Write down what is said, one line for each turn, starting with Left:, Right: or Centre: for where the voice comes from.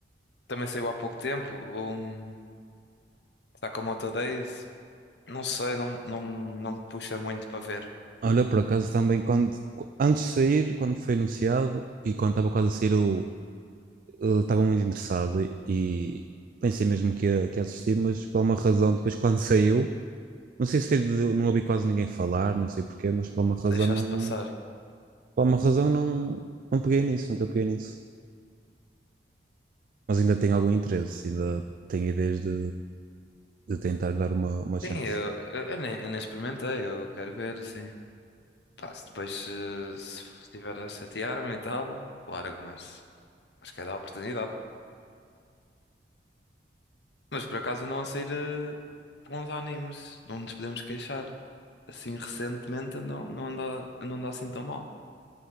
Left: Também saiu há pouco tempo, o um, Sakamoto Days. Não sei, não, não, não me puxa muito para ver.
Right: Olha, por acaso também, quando, qu- antes de sair, quando foi anunciado e quando estava quase a sair, eu eu estava muito interessado e, e pensei mesmo que ia, que ia assistir, mas por uma razão, depois <laughs> quando saiu, não sei se foi de, não ouvi quase ninguém falar, não sei porquê, mas por uma razão
Left: Deixaste
Right: não,
Left: passar.
Right: por uma razão não, não peguei nisso, nunca peguei nisso. mas ainda tenho algum interesse, ainda tenho ideias de, de tentar dar uma, uma chance.
Left: Sim, eu, eu, eu nem, eu nem experimentei, eu quero ver, sim. Pá, se depois se, se estiver a chatear-me e tal, claro, mas, mas quer dar a oportunidade. Mas por acaso andam a sair eh, bons animes, não nos podemos queixar. Assim, recentemente andam, não anda, não anda assim tão mal.